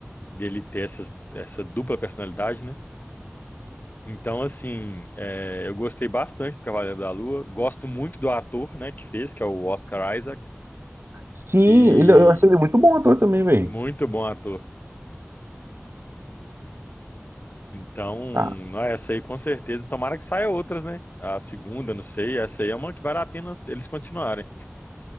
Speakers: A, on the left (about 40°); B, on the right (about 55°).
A: dele ter essas, essa dupla personalidade, né? Então, assim, é, eu gostei bastante do Cavaleiro da Lua. Gosto muito do ator, né, que fez, que é o Oscar Isaac.
B: Sim,
A: E
B: ele, eu achei ele muito bom ator também, velho.
A: muito bom ator. Então,
B: Tá
A: não, essa aí com certeza. Tomara que saia outras, né? A segunda, não sei. Essa aí é uma que vale a pena eles continuarem.